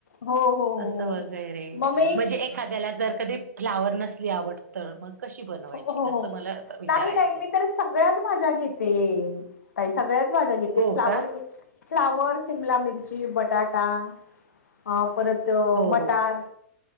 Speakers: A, on the left (about 80°); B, on the right (about 80°).
A: हो हो हो
B: तस
A: हो
B: वगैरे
A: मग मी
B: म्हणजे एखाद्याला जर कधी फ्लावर नसली आवड तर मग कशी बनवायची
A: हो
B: असं
A: हो
B: मला विचारायचं
A: नाही नाही मी
B: होतं.
A: तर सगळ्याच भाज्या घेते काय सगळ्याच भाज्या घेते
B: हो
A: फ्लावर
B: का
A: घेत फ्लावर, शिमला मिर्ची, बटाटा हा परत अ
B: हो
A: मटार
B: हो